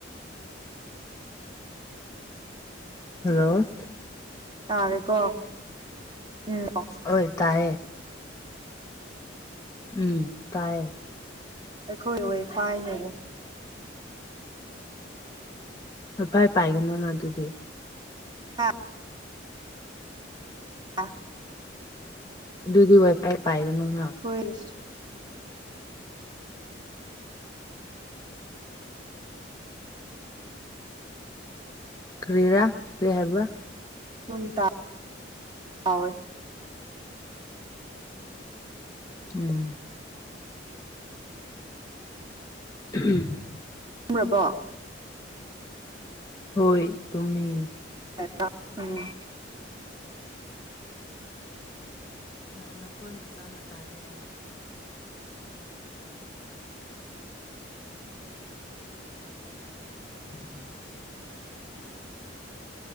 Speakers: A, on the left; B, on the right.
A: ꯍꯜꯂꯣ
B: ꯇꯥꯔꯦꯀꯣ ꯎꯝ
A: ꯑꯣꯏ ꯇꯌꯦ ꯎꯝ ꯇꯌꯦ
B: ꯑꯩꯈꯣꯏ ꯋꯥꯏꯐꯥꯏꯅꯅꯤ
A: ꯀꯣꯏꯄꯥꯏ ꯄꯥꯏꯒꯅꯨꯅꯥ ꯑꯗꯨꯗꯤ
B: ꯍꯥ <inaudible>
A: ꯗꯨꯗꯤ ꯋꯥꯏꯐꯥꯏ ꯄꯥꯏꯒꯅꯨꯅꯥ
B: ꯍꯣꯏ
A: ꯀ꯭ꯔꯤꯔꯥ ꯀ꯭ꯔꯤ ꯍꯥꯏꯕ꯭ꯔꯥ
B: <inaudible>
A: ꯎꯝ ꯎꯍꯝ꯫
B: ꯇꯨꯝꯒ꯭ꯔꯕꯣ?
A: ꯍꯣꯏ ꯇꯨꯃꯦ꯫
B: <unintelligible> ꯎꯝ꯫
A: ꯅꯍꯥꯟ ꯅꯈꯣꯏ ꯑꯝꯇ ꯐꯖꯅ ꯇꯥꯗꯦ ꯍꯥꯏꯌꯦ꯫ <unintelligible>